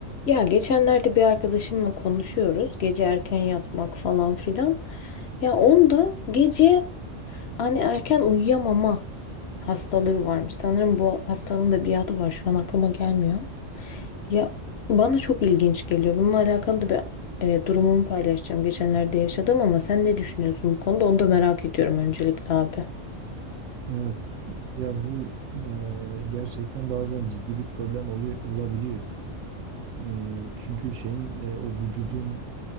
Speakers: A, on the left (about 65°); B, on the right (about 80°).
A: Ya geçenlerde bir arkadaşımla konuşuyoruz. Gece erken yatmak falan filan. Ya onda gece hani erken uyuyamama hastalığı varmış. Sanırım bu hastalığın da bir adı var. Şu an aklıma gelmiyor. Ya bana çok ilginç geliyor. Bununla alakalı da bir e, durumumu paylaşacağım. Geçenlerde yaşadım ama sen ne düşünüyorsun bu konuda? Onu da merak ediyorum öncelikle abi.
B: Evet. Ya bu e, gerçekten bazen ciddi bir problem olu- olabiliyor. E, çünkü şeyin e, o vücudun